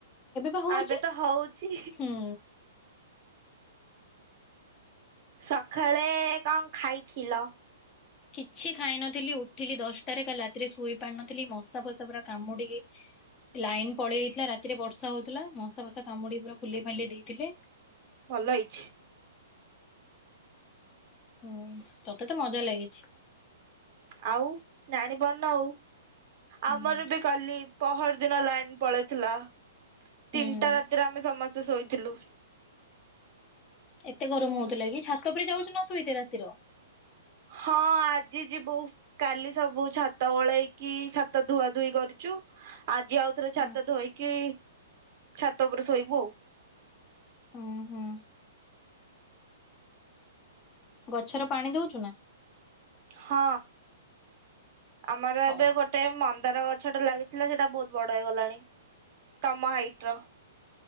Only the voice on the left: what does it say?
ବା ହଉଛି
ହୁଁ
କିଛି ଖାଇନଥିଲି ଉଠିଲି ଦଶଟାରେ କାଲି ରାତିରେ ଶୋଇ ପାରିନଥିଲି ମଶା ଫସା ପୁରା କାମୁଡିକି ଲାଇନ ପଳେଇ ଯାଇଥିଲା ରାତିରେ ବର୍ଷା ହଉଥିଲା ମଶା ଫସା କାମୁଡି ପୁରା ଫୁଲେଇ ଫାଲି ଦେଇଥିଲେ
ହୁଁ ତତେ ତ ମଜା ଲାଗିଛି
ହୁଁ
ହୁଁ
ଏତେ ଗରମ ହଉଥିଲା କି ଛାତ ଉପରେ ଯାଉଛୁ ନା ଶୋଇତେ ରାତିର
ହୁଁ।
ହୁଁ ହୁଁ। ଗଛର ପାଣି ଦଉଛୁ ନା?
ହଉ।